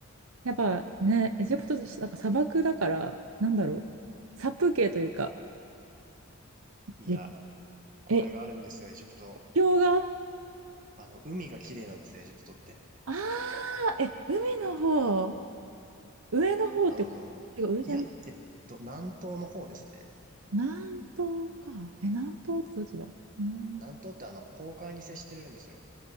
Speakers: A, on the right; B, on the right.
A: やっぱね、エジプト、なんか砂漠だから、なんだろう、殺風景というか、
B: いや、
A: で、
B: これがあるんですよ、
A: え、え、
B: エジプト。
A: 氷河
B: あの、海が綺麗なんですよ、エジプトって。
A: ああー、え、海の方、上の方って、
B: あの、
A: 違う、上じゃない、
B: いや、えっと、南東の方ですね。
A: 南東か。え、南東ってどっちだ南、
B: 南東ってあの、公海に接してるんですよ。